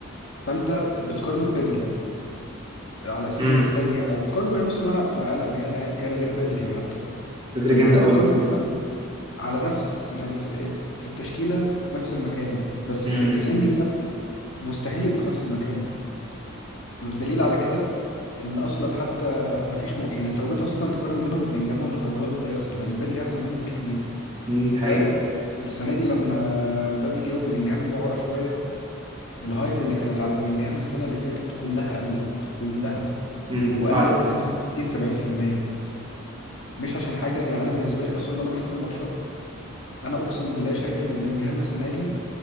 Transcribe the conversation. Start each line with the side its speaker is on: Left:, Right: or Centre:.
Left: فانت بتقارنه ببدري على السيزون
Right: امم
Left: اللي فات يعني او بتقارنه باي نص ملعب في العالم يعني ايا كان غير بدري حتى
Right: بدري
Left: فانت
Right: جامد قوي
Left: بتقارنه بحد على نفس يعني في, في التشكيله في نفس المكان بس
Right: امم
Left: في 90 دقيقه مستحيل يبقوا في نفس المكان والدليل على كده ان اصلا حتى ما فيش م... يعني انت لو جيت اصلا تقارن بينهم بلينجهام هو اللي هو اللي هيخسر لان بدري احسن منه بكتير
Right: امم
Left: ف
Right: دي حقيقة
Left: السنه دي لما مبابي جه وبلينجهام رجع ورا شويه الهايب اللي كانت على بلينجهام السنة اللي فاتت كلها قلت كلها
Right: امم
Left: وقلت
Right: فعلا
Left: بنسبة 60 70% مش عشان حاجة يعني أنا بالنسبة لي أصلا وأنا بشوف الماتشات أنا أقسم بالله شايف إن بلينجهام السنة دي